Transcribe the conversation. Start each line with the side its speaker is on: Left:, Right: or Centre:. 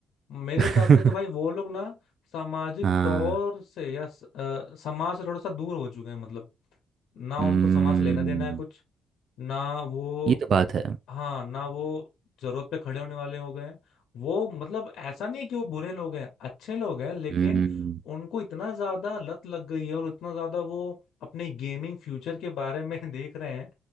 Left: मेरे
Right: <laughs>
Left: हिसाब से तो भाई वो लोग ना सामाजिक
Right: हाँ
Left: तौर से या स- अ, समाज से थोड़ा सा दूर हो चुके हैं मतलब ना
Right: हम्म
Left: उनको समाज से लेना देना है कुछ ना वो
Right: ये तो बात है
Left: हाँ ना वो जरूरत पे खड़े होने वाले हो गए हैं। वो मतलब ऐसा नहीं है कि वो बुरे लोग हैं अच्छे लोग हैं लेकिन
Right: हम्म
Left: उनको इतना ज्यादा लत लग गई है और इतना ज्यादा वो अपने गेमिंग फ्यूचर के बारे में <laughs> देख रहे हैं